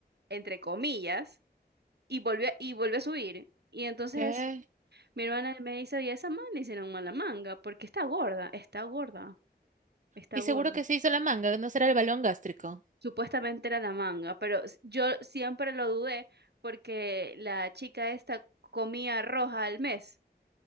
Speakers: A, on the right; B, on the right.
A: entre comillas, y volvió, y volvió a subir. Y entonces
B: ¿Qué?
A: mi hermana me dice, y esa man le hicieron mala manga, porque está gorda, está gorda, está
B: Y
A: gorda.
B: seguro que se hizo la manga, ¿no será el balón gástrico?
A: Supuestamente era la manga, pero s- yo siempre lo dudé porque la chica esta comía roja al mes,